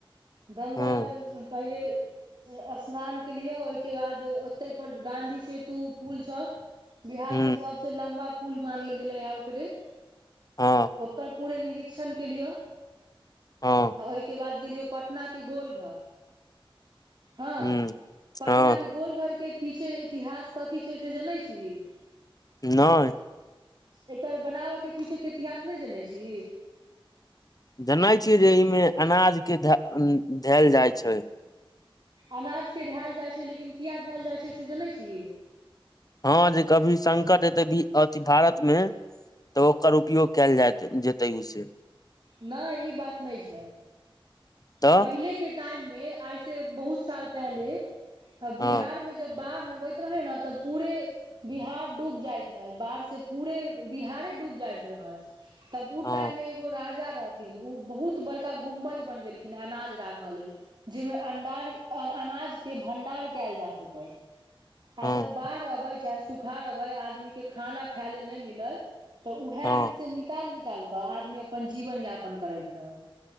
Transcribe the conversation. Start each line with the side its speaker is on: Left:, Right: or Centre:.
Right: गंगामे
Left: हँ
Right: पहिले। स्नान केलियए, ओहिके बाद ओते पर गाधी सेतु पुल छौ। बिहारके
Left: ह
Right: सभसे लम्बा पुल मानल गेले हे ओकरे।
Left: हँ।
Right: ओकर पूरे निरीक्षण केलियौ।
Left: हँ
Right: आ ओहिके बाद गेलियौ पटनाके गोलघर। हँ,
Left: ह
Right: पटनाके
Left: हँ
Right: गोलघरके पीछे। इतिहास कथी छै, से जनै छै?
Left: नहि।
Right: एकर बनाबयके पीछेके इतिहास नहि जनै छी।
Left: धनाइ छियै जे ईमे अनाजके धेल जाइ छै।
Right: अनाजके धयल जाइ छै, लेकिन किया धएल जाइ छै, से जनै छी।
Left: हँ, जे कभी संकट एते अथि भारतमे। तऽ ओकर उपयोग कयल जाय जेतै, ओ से
Right: नहि ई बात नहि छै,
Left: तऽ
Right: पहिलेके टाइममे आइ से बहुत साल पहले बिहारमे।
Left: हँ
Right: जब बाढ़ अबैत रहे ने तऽ पूरे। बिहार डूब जाइत रहे, बाढ़से पूरे बिहारे डूब जाइत रहै। तब ओ
Left: हँ
Right: टाइममे एगो राज। ज रहथिन ओ बहुत बड़का गुमबज बनबेलखिन अनाज राखऽ लेल जहिमे अंडार। अनाजके भंडार कयल जा सकै आ
Left: हँ
Right: जब बाढ़ अबे चाहे। सुखार रहबे आदमीके खाना खाय ले नहि मिले तऽ उहेमें
Left: हँ
Right: से निकाल निकाल। तऽ आदमी अपन जीवन यापन करैत रहै।